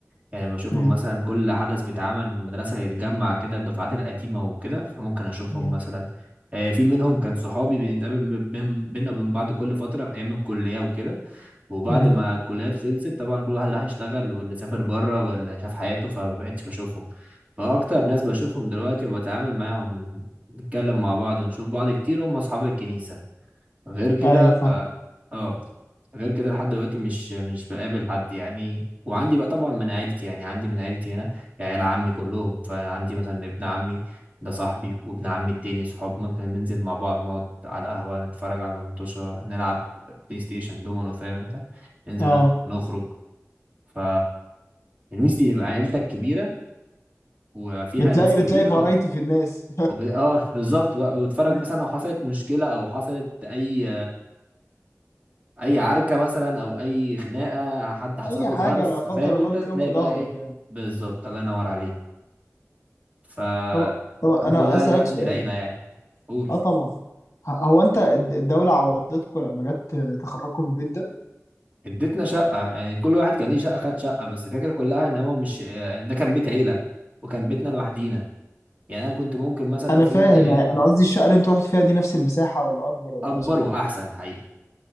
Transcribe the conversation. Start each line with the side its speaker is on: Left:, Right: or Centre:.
Right: يعني بشوفهم
Left: امم
Right: مثلا كل حدث بيتعمل في المدرسة يتجمع كده الدفعات القديمة وكده فممكن أشوفهم
Left: امم
Right: مثلا آه، في منهم كان صحابي بنتقابل م- بين- بينا وبين بعض كل فترة في أيام الكلية وكده وبعد
Left: امم
Right: ما الكليات خلصت طبعا كل واحد راح يشتغل واللي سافر بره واللي شاف حياته فمبقتش بشوفهم فأكتر ناس بشوفهم دلوقتي وبتعامل معاهم نتكلم مع بعض ونشوف بعض كتير هم أصحاب الكنيسة غير كده
Left: ايوه فاهم
Right: اه آه. غير كده لحد دلوقتي مش مش بقابل حد يعني وعندي بقى طبعا من عيلتي يعني عندي من عيلتي هنا عيال عمي كلهم فعندي مثلا ابن عمي ده صاحبي وابن عمي التاني صحاب ممكن ننزل مع بعض نقعد على القهوة نتفرج على مطوشة نلعب بلاي ستيشن دومينو فاهم انت ننزل
Left: اه
Right: نت- نخرج ف الميزة دي يبقى عيلتك كبيرة وفيها
Left: بتلاقي
Right: ناس كتير
Left: بتلاقي فرايتي
Right: اه
Left: في الناس
Right: وب... اه بالظبط بقى وتتفرج
Left: <laughs> ايوه
Right: مثلا لو حصلت مشكلة او حصلت اي اي عركه مثلا او اي خناقه حد حصل
Left: اي
Right: له
Left: حاجة
Right: ظرف
Left: لا قدر
Right: فاهم انت
Left: الله
Right: تلاقي
Left: بتلاقيهم في
Right: بقى
Left: ظهرك
Right: ايه
Left: يعني
Right: بالظبط الله ينور عليك فالحمد
Left: طب طب انا
Right: لله على
Left: اسألك
Right: نعمه
Left: سؤال
Right: العيله يعني قول
Left: اه طبعا ه- هو انت الد- الدولة عوضتكم لما جت تخرجكم من البيت ده
Right: اديتنا شقه يعني كل واحد كان ليه شقه خد شقه بس الفكره كلها ان هو مش آه، ده كان بيت عيله وكان بيتنا لوحدينا يعني انا كنت ممكن مثلا
Left: انا
Right: في
Left: فاهم
Right: يوم من الايام
Left: انا قصدي الشقة اللي انتوا رحتوا فيها دي نفس المساحة ولا اكبر ولا
Right: اكبر
Left: اصغر
Right: واحسن
Left: ولا
Right: حقيقه